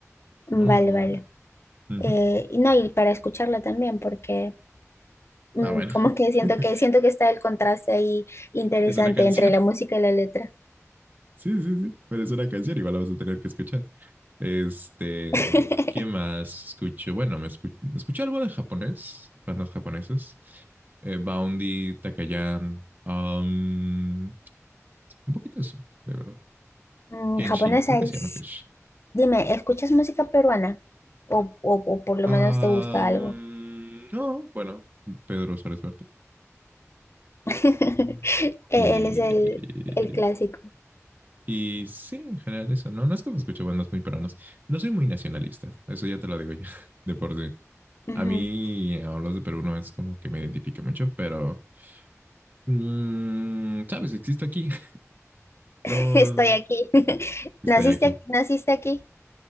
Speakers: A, on the left; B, on the right.
A: Vale,
B: Muy, muy, muy
A: vale.
B: buena. Ujú.
A: Eh, y no, y para escucharla también, porque mm,
B: Ah, bueno.
A: como que
B: <laughs>
A: siento que siento que está el contraste ahí interesante
B: Es una canción.
A: entre la
B: <laughs>
A: música y la letra.
B: Sí, sí, sí. Pero es una canción. Igual la vas a tener que escuchar. Este,
A: <laughs>
B: ¿qué más escucho? Bueno, me escu- escuché algo de japonés, bandas japonesas. Eh, Boundy, Takayan, um, un poquito de eso, de verdad.
A: Mm,
B: Kenshi,
A: japonesa
B: creo
A: es-
B: que se llama Kenshi.
A: dime, ¿escuchas música peruana? O, o, o por lo
B: Ah,
A: menos te gusta algo.
B: no, bueno, Pedro Suárez Verte.
A: <laughs> Eh,
B: Y,
A: Él es el, el clásico.
B: y sí, en general eso. No, no es que me escuche bandas muy peruanas. No soy muy nacionalista, eso ya te lo digo ya, <laughs> de por sí.
A: Ujú.
B: A mí, hablas de Perú, no es como que me identifique mucho, pero, mm, ¿sabes? Existo aquí. <laughs>
A: <laughs>
B: No,
A: Estoy aquí. <laughs>
B: estoy
A: ¿Naciste,
B: aquí.
A: naciste aquí?